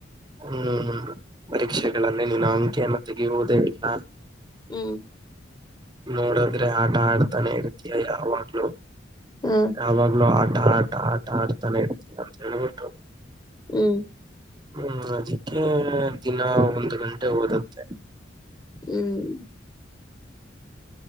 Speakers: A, on the right (about 20°); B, on the left (about 20°).
A: ಹ್ಮ್ ಪರೀಕ್ಷೆಗಳನ್ನೇ ನೀನು ಅಂಕಿಯನ್ನು ತೆಗೆಯುವುದೇ ಇಲ್ಲಾ.
B: ಹ್ಮ್
A: ನೋಡದ್ರೆ ಆಟ ಆಡ್ತಾನೆ ಇರ್ತಯ ಯಾವಾಗಲೂ.
B: ಹ್ಮ
A: ಯಾವಾಗ್ಲೂ ಆಟ ಆಟ ಆಟ ಆಡ್ತಾನೆ ಇರ್ತಯ ಅಂತ ಹೇಳ್ಬಿಟ್ಟು..
B: ಹ್ಮ್
A: ಹ್ಮ್ ಅದಕ್ಕೆ ದಿನ ಒಂದು ಗಂಟೆ ಓದುತ್ತೆ.
B: ಹ್ಮ್